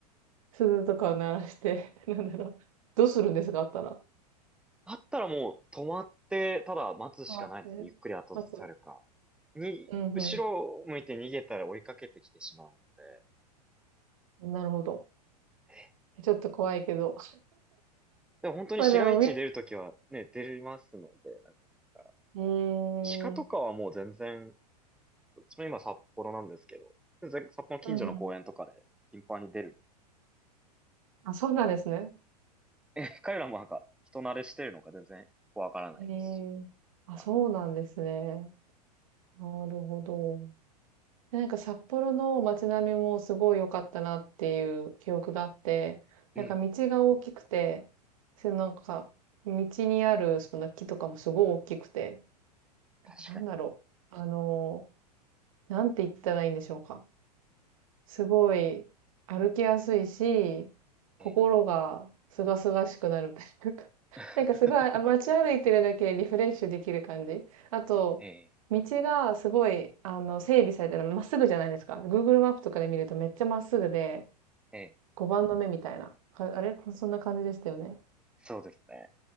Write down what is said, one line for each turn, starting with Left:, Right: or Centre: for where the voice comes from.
Right: 鈴とかを鳴らして、<laughs> なんだろう。どうするんですかあったら。
Centre: あったらもう止まって、ただ待つしかないですね、
Right: 待って。
Centre: ゆっくり後ずさるか。
Right: 待つ。
Centre: に、
Right: うん、うん。
Centre: 後ろを向いて逃げたら追いかけてきてしまうので、
Right: うんなるほど。
Centre: え
Right: ちょっと怖いけど。
Centre: でも本当に市街地に出るときはね、
Right: まあでも
Centre: 出れますので、なかなか。
Right: ええ、うん
Centre: 鹿とかはもう全然、うちも今札幌なんですけど、全然札幌の近所の公園とかで頻繁に出る。
Right: うん。あ、そうなんですね。
Centre: え、<laughs> 彼らもなんか人慣れしてるのか全然怖がらないですし。
Right: ええ、あ、
Centre: あの
Right: そうなんですね。なるほど。でなんか札幌の街並みもすごい良かったなっていう記憶があって、なんか道が大きくて、
Centre: ええ、
Right: それなんか道にあるその木とかもすごい大きくて、なんかなんだろう。
Centre: 確かに。
Right: あの、なんて言ったらいいんでしょうか。すごい歩きやすいし、心がすがすがしくなるというか、
Centre: ええ、
Right: <laughs>
Centre: <laughs>
Right: なんかすごいあ街歩いてるだけでリフレッシュできる感じ。あと、
Centre: ええ、
Right: 道がすごい、あの、整備されてる、まっすぐじゃないですか。Google マップとかで見るとめっちゃまっすぐで、
Centre: ええ、
Right: 5番の目みたいな。かあれそんな感じでしたよね。
Centre: そうですね。